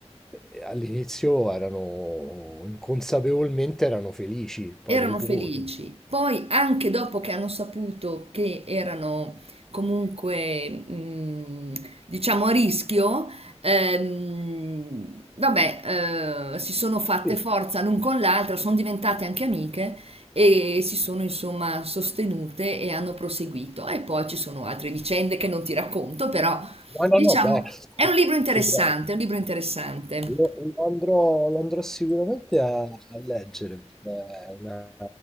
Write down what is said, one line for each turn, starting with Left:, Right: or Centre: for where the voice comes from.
Centre: eh, all'inizio erano inconsapevolmente erano felici, poi
Right: erano
Centre: dopo...
Right: felici. Poi, anche dopo che hanno saputo che erano comunque, mh, diciamo, a rischio, ehm, vabbè, eh, si sono fatte
Centre: Sì.
Right: forza l'un con l'altra, sono diventate anche amiche e si sono insomma sostenute e hanno proseguito. E poi ci sono altre vicende che non ti racconto, però
Centre: No,
Right: diciamo
Centre: no, no, beh,
Right: è un libro interessante,
Centre: ti prego.
Right: è un libro interessante.
Centre: Lo, lo andrò, lo andrò sicuramente a, a leggere perché è una,